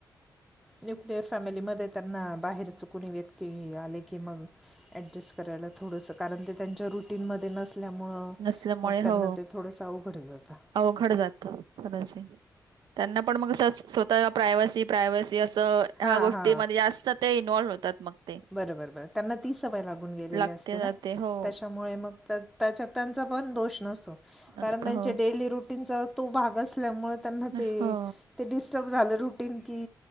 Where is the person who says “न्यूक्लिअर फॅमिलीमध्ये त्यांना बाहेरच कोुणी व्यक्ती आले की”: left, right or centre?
Centre